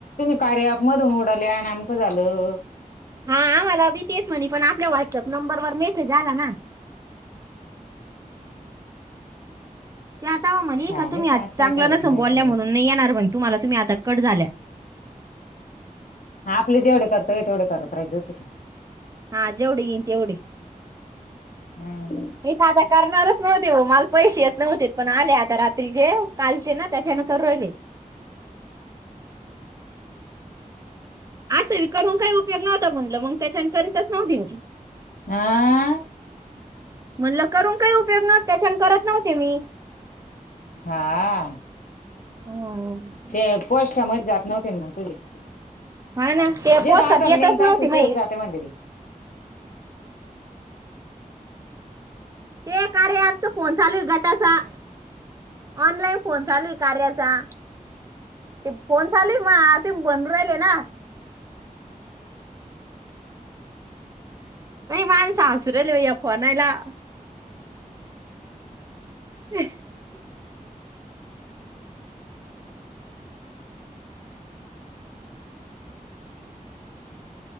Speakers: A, on the left; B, on the right.
A: कार्या मधून उडाले आणि आमकं झालं
B: हा आम्हाला बी तेच म्हणे पण आपल्या व्हॉट्सअप नंबर वर मेसेज आला ना ते आतावा म्हणे
A: काय
B: का
A: माहित
B: तुम्ही आ
A: मग आता काय
B: चांगलं
A: काय होतं
B: न संबोवल्या
A: आणि काय काय जात
B: म्हणून नाही येणार म्हण तुम्हाला तुम्ही आता कट झाल्या
A: आपले जेवढे करतोय तेवढे करत राहाजो तिकडे
B: हा जेवढी येईन तेवढी
A: तिकडे
B: इथ आता करणारच नव्हते हो मला पैसे येत नव्हते पण आले आता रात्री जे कालचे ना त्याच्यानंतर रोहिले असे करून काही उपयोग नव्हता म्हटलं मग त्याच्या करीतच नव्ह दिनी
A: आ
B: म्हणलं करून काही उपयोग नव्हत त्याच्यान करत नव्हते मी.
A: हा
B: हम्.
A: ते पोस्टा मध्ये जात नव्हते ना मग तुझे
B: हाय ना ते
A: जिथं
B: पोस्टात
A: आधार
B: येतच
A: लिंक
B: नव्हते
A: असेल
B: माई
A: <unintelligible>
B: ते कार्य ॲपचा फोन चालू आहे गटाचा. ऑनलाईन फोन चालूय कार्याचा. ते फोन चालूय मा ते बनू राहिले ना? नाही माया सासुराले भय् फोन आयला. <inaudible>